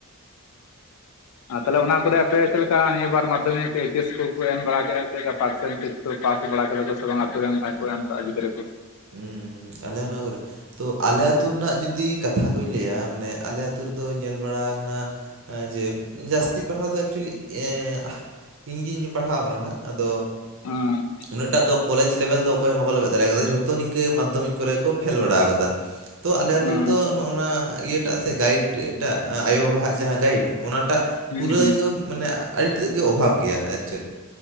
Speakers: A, on the left; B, on the right.
A: ᱟᱨ ᱛᱟᱞᱦᱮ ᱚᱱᱟ ᱠᱚᱨᱮ ᱟᱯᱮ ᱪᱮᱜ ᱞᱮᱠᱟ ᱱᱤᱭᱟᱹ ᱵᱟᱨ ᱢᱟᱫᱽᱫᱷᱚᱢᱤᱠ ᱮᱠ ᱠᱭᱥ ᱠᱩ ᱠᱩ ᱮᱢ ᱵᱟᱲᱟ ᱠᱮᱜ-ᱟ ᱥᱮ ᱜᱟ ᱯᱟᱨᱥᱮᱱ ᱴᱮᱪ? ᱛᱚ ᱯᱟᱥ ᱵᱟᱲᱟ ᱠᱮᱫᱟ ᱠᱚ ᱥᱮ ᱵᱟᱝ ᱟᱛᱚ ᱨᱮᱱ ᱡᱟᱦᱟᱸᱭ ᱠᱚ ᱮᱢ ᱠᱟᱜ-ᱟ ᱜᱤᱫᱽᱨᱟᱹ ᱠᱩ?
B: ᱦᱩᱸ ᱟᱞᱮ ᱚᱱᱟ ᱠᱚ ᱨᱮᱼᱼ ᱛᱚ ᱟᱞᱮ ᱟᱹᱛᱩ ᱨᱮᱱᱟᱜ ᱡᱩᱫᱤ ᱠᱟᱛᱷᱟ ᱠᱩᱧ ᱞᱟᱹᱭᱟ ᱢᱟᱱᱮ ᱟᱞᱮ ᱟᱛᱩ ᱨᱮᱫᱚ ᱧᱮᱞ ᱵᱟᱲᱟ ᱠᱟᱱᱟᱼᱼ ᱟ ᱡᱮ ᱡᱟᱹᱥᱛᱤ ᱯᱟᱲᱦᱟᱣ ᱫᱚ ᱮᱠᱪᱩᱞᱤ ᱮᱸᱜ ᱤᱧ ᱜᱤᱧᱼᱼ ᱯᱟᱲᱦᱟᱣ ᱟᱠᱟᱱᱟ ᱱᱟᱦᱟᱸᱜ ᱟᱫᱚ
A: ᱦᱮᱸ
B: ᱩᱱᱟᱹᱜ ᱴᱟᱜ ᱫᱚ ᱠᱚᱞᱮᱡᱽ ᱞᱮᱵᱮᱞ ᱫᱚ ᱚᱠᱚᱭ ᱦᱚᱸ ᱵᱟᱠᱚ ᱞᱮᱵᱮᱫ ᱫᱟᱲᱮᱭ ᱠᱟᱫᱟ ᱡᱷᱚᱛᱼᱼ ᱛᱚ ᱱᱤᱝᱠᱟᱹ ᱢᱟᱫᱽᱫᱷᱚᱢᱤᱠ ᱠᱚᱨᱮ ᱠᱚ ᱯᱷᱮᱞ ᱵᱟᱲᱟ ᱟᱠᱟᱫᱟ ᱛᱚ ᱟᱞᱮ ᱟᱛᱩ
A: ᱦᱮᱸ
B: ᱨᱮᱫᱚ ᱱᱚᱜ ᱚᱱᱟ ᱤᱭᱟᱹᱼᱼ ᱴᱟᱜ ᱥᱮ ᱜᱟᱭᱤᱰ ᱮᱴᱟᱜ ᱟᱭᱳᱼᱵᱟᱵᱟ ᱣᱟᱜ ᱡᱟᱦᱟᱸ ᱜᱟᱭᱤᱰ ᱚᱱᱟᱜᱼᱼ ᱴᱟᱜ
A: ᱦᱩᱸ
B: ᱯᱩᱨᱟᱹ
A: ᱦᱩᱸ
B: ᱜᱮ ᱢᱟᱱᱮ ᱟᱰᱤ ᱛᱮᱫ ᱜᱮ ᱚᱵᱷᱟᱵᱽ ᱜᱮᱭᱟ ᱟᱨ ᱪᱮᱫ᱾